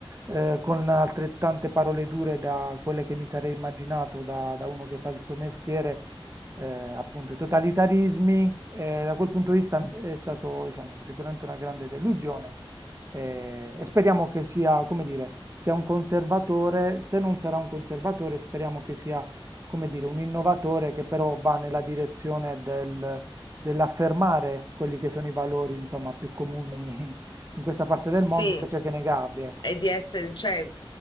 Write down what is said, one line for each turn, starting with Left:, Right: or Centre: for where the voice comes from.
Right: eh, con altrettante parole dure da quelle che mi sarei immaginato da, da uno che fa il suo mestiere, eh, appunto i totalitarismi, e da quel punto di vista
Left: mh.
Right: è stato diciamo, sicuramente una grande delusione eh, e speriamo che sia, come dire, sia un conservatore, se non sarà un conservatore, speriamo che sia, come dire, un innovatore che però va nella direzione del- dell'affermare quelli che sono i valori, insomma, più comuni in questa parte
Left: Sì.
Right: del mondo, invece che negarli, ecco.
Left: E di essere cioè